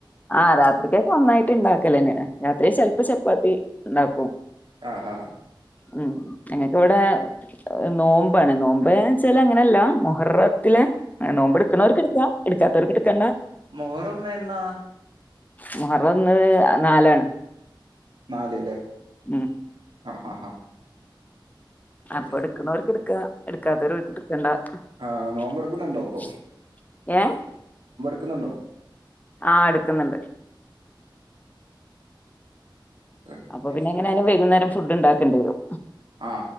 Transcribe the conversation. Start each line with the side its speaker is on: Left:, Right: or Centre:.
Left: ആ രാത്രിക്കേക്ക് ഒന്നായിട്ട് ഉണ്ടാക്കലന്നേ ണ്. രാത്രിയിൽ ചെൽപ്പം ചപ്പാത്തി ണ്ടാക്കും
Right: അ ആ
Left: ഉം ഞങ്ങക്കിവിടെ നോമ്പാണ് നോമ്പ് ന്നെച്ചാ അങ്ങനല്ല മുഹറത്തിലെ ആ നോമ്പ് ഇടുക്ക്നോര്ക്ക് ഇട്ക്ക ഇട് റ്റാത്തോര്ക്ക് ഇട്ക്കണ്ട
Right: മുഹറമെന്ന
Left: മുഹറം ഇന്ന് നാലാണ്
Right: നാല് ലെ
Left: ഉം
Right: ആ ആ
Left: അപ്പൊ
Right: ഓക്കെ
Left: ഇട്ക്ക്നോര്ക്ക് ഇട്ക്ക ഇട്ക്കാത്തോര് <unintelligible>
Right: ആ നോമ്പെടുക്കുന്നുണ്ടോ അപ്പൊ
Left: എ
Right: ക്ക്ന്ന്‌ണ്ടോ
Left: ആ ഇട്ക്ക്ന്ന്ണ്ട്
Right: ഓക്കെ
Left: അപ്പൊ പിന്നെ എങ്ങനായാലും വൈകുന്നേരം ഫുഡ്‌ ഇണ്ടാക്കണ്ടി വെരും
Right: ആ